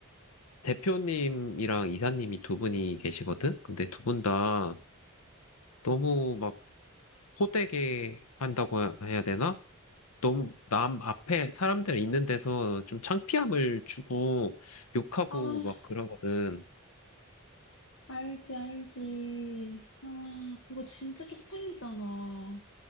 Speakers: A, on the left; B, on the left.
A: 대표님이랑 이사님이 두 분이 계시거든? 근데 두 분 다 너무 막 호되게 한다고 해야 되나? 너무 남 앞에 사람들 있는 데서 좀 창피함을 주고 욕하고
B: 아,
A: 막 그러거든.
B: 알지, 알지. 아, 그거 진짜 쪽팔리잖아.